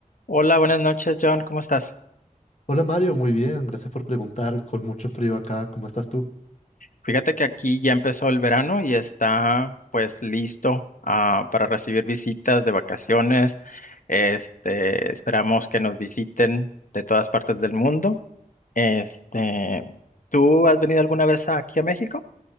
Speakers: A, on the left; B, on the left.
A: Hola, buenas noches, John. ¿Cómo estás?
B: Hola Mario, muy bien, gracias por preguntar. Con mucho frío acá, ¿cómo estás tú?
A: Fíjate que aquí ya empezó el verano y está pues listo ah, para recibir visitas de vacaciones. Este, esperamos que nos visiten de todas partes del mundo. Este, ¿tú has venido alguna vez aquí a México?